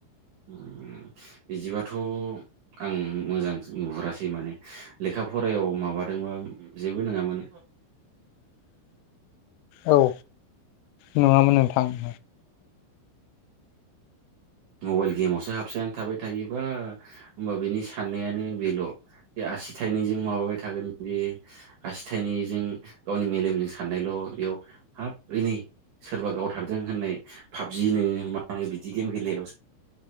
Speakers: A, on the right (about 60°); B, on the left (about 90°).
A: ओ बिदिबाथ' आं मोजां नुहुरासै माने लेखा फरायाव माबादोंबा जेबो नङामोन
B: औ नङामोन नोंथां। <inaudible>
A: मबाइल गेमावसो हाबसोनानै थाबाय थायोबा होमबा बेनि साननायानो बेल' बे आसि थाइनैजों माबाबाय थागोन बे आसि थाइनैजों गावनि मेलेमजों साननायल' बेयाव हाब ओयनै सोरबा गावथारदों होननाय पाबजि नो मानो बिदि गेम गेलेनायावसो